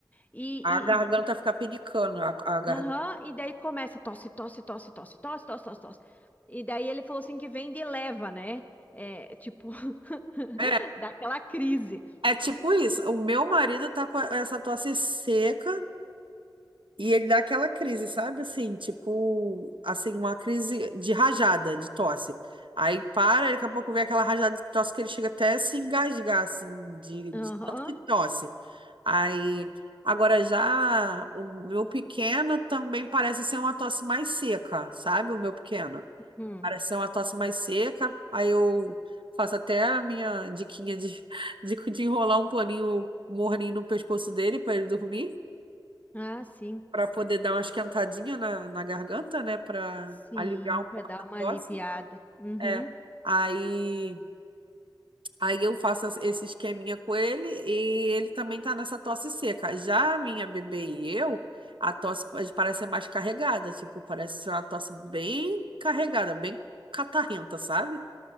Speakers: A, on the left; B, on the right.
A: e,
B: A garganta
A: e, e, e
B: fica pinicando, a, a garganta.
A: aham, e daí começa tosse, tosse, tosse, tosse, tosse, tosse, tosse, tosse. E daí ele falou assim que vem de leva, né? É, tipo, <laughs>
B: É,
A: dá aquela crise.
B: é tipo isso. O meu marido tá com essa tosse seca E ele dá aquela crise, sabe? Assim, tipo, assim, uma crise de rajada, de tosse. Aí para, daqui a pouco vem aquela rajada de tosse que ele chega até a se engasgar, assim, de,
A: Aham.
B: de tanto que tosse. Aí, agora já o meu pequeno também parece ser uma tosse mais seca, sabe? O meu pequeno.
A: Hum.
B: Parece ser uma tosse mais seca. Aí eu faço até a minha diquinha de, <laughs> de, de enrolar um paninho morninho no pescoço dele para ele dormir.
A: Ah, sim.
B: Pra poder dar uma esquentadinha na, na garganta, né? Pra
A: Sim,
B: aliviar um
A: para
B: pouco
A: dar
B: a
A: uma
B: tosse.
A: aliviada. Uhum.
B: É. Aí, aí eu faço essa- esse esqueminha com ele e ele também tá nessa tosse seca. Já a minha bebê e eu, a tosse pa- parece ser mais carregada. Tipo, parece ser uma tosse bem carregada, bem catarrenta, sabe?